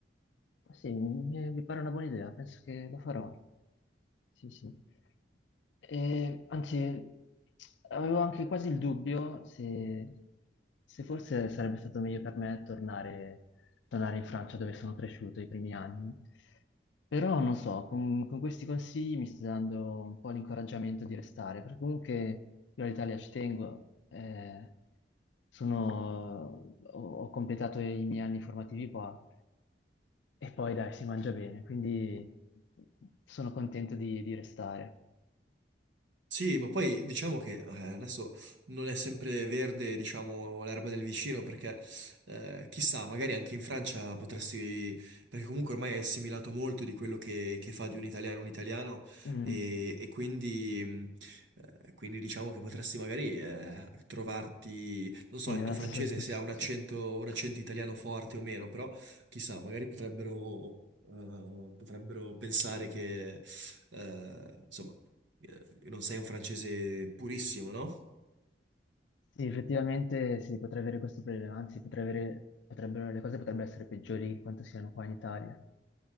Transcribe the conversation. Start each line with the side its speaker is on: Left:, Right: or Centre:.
Left: Sì, mi, mi pare una buona idea, penso che lo farò. Sì, sì. E, anzi, avevo anche quasi il dubbio se, se forse sarebbe stato meglio per me tornare, tornare in Francia dove sono cresciuto i primi anni. Però non so, con, con questi consigli mi stai dando un po' l'incoraggiamento di restare, perché comunque io all'Italia ci tengo, eh, sono- ho, ho completato i miei anni formativi qua e poi dai, si mangia bene, quindi sono contento di, di restare.
Right: Sì, ma poi diciamo che eh, adesso non è sempre verde, diciamo, l'erba del vicino, perché eh, chissà, magari anche in Francia potresti, perché comunque ormai è assimilato molto di quello che, che fa di un italiano un italiano,
Left: Mm,
Right: e, e quindi, mh, eh, quindi diciamo che potresti magari eh, trovarti, non
Left: sì,
Right: so, il
Left: nella
Right: tuo francese
Left: stessa situazione.
Right: se ha un accento,
Left: Sì,
Right: un accento italiano forte o meno, però chissà, magari potrebbero, eh, potrebbero pensare che, eh, insomma eh, non sei un francese purissimo, no?
Left: Sì, effettivamente sì, potrei avere questo problema, anzi potrei avere, potrebbero, le cose potrebbero essere peggiori di quanto siano qua in Italia,